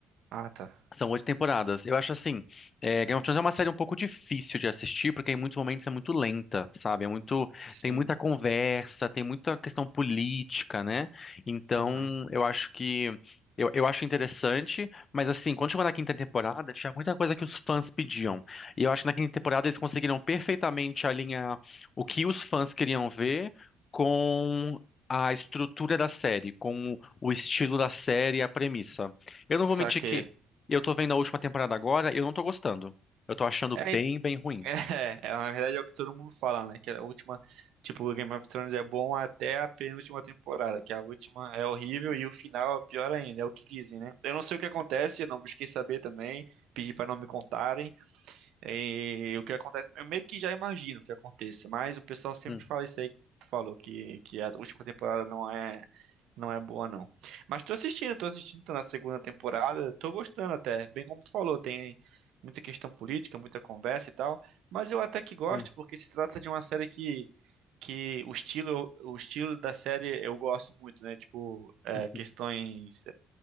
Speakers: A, on the right (about 80°); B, on the left (about 35°).
A: Ah, tá.
B: São oito temporadas. Eu acho assim, é, Game of Thrones é uma série um pouco difícil de assistir, porque em muitos momentos é muito lenta, sabe? É muito,
A: Sim.
B: tem muita conversa, tem muita questão política, né? Então,
A: Aham.
B: eu acho que eu, eu acho interessante, mas assim, quando chegou na quinta temporada, tinha muita coisa que os fãs pediam. E eu acho que na quinta temporada eles conseguiram perfeitamente alinhar o que os fãs queriam ver com a estrutura da série, com o estilo da série e a premissa. Eu não
A: Saquei.
B: vou mentir que e eu tô vendo a última temporada agora e eu não tô gostando. Eu tô achando
A: É,
B: bem,
A: então,
B: bem ruim.
A: é, <laughs> é, na verdade é o que todo mundo fala, né? Que a última, tipo, o Game of Thrones é bom até a penúltima temporada, que a última é horrível e o final é pior ainda, é o que dizem, né? Eu não sei o que acontece, eu não busquei saber também, pedi pra não me contarem. E o que acontece, eu meio que já imagino o que aconteça, mas o pessoal sempre
B: Hum,
A: fala isso aí que tu falou, que, que a última temporada não é, não é boa, não. Mas tô assistindo, tô assistindo, tô na segunda temporada, tô gostando até, bem como tu falou, tem muita questão política, muita conversa e tal, mas eu até que gosto,
B: hum,
A: porque se trata de uma série que, que o estilo, o estilo da série eu gosto muito, né? Tipo, é,
B: uhum.
A: questões